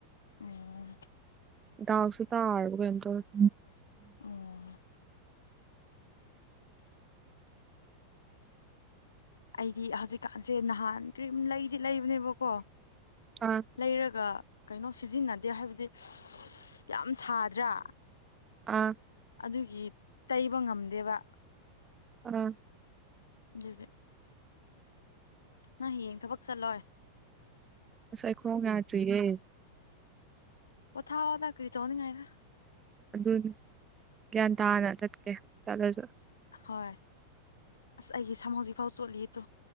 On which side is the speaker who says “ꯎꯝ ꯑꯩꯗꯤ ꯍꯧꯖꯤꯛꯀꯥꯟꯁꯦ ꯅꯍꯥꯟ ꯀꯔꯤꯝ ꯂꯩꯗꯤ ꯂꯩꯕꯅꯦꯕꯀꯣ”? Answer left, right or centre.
Left